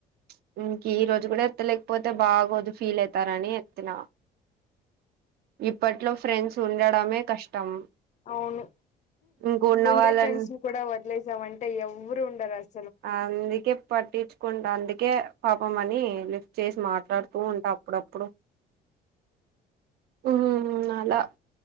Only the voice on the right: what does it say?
ప్చ్ ఇంక ఈ రోజు గూడా ఎత్తలేకపోతే బాగోది ఫీల్ ఐతార అని ఎత్తిన ఇప్పట్లో ఫ్రెండ్స్ ఉండడమే కష్టం
ఇంక ఉన్న
వాళ్ళని
అందుకే పట్టించుకుంటా అందుకే పాపంమ అని లిస్ట్ చేసి మాట్లాడుతూ ఉంటా అప్పుడు అప్పుడు ఉంహు అలా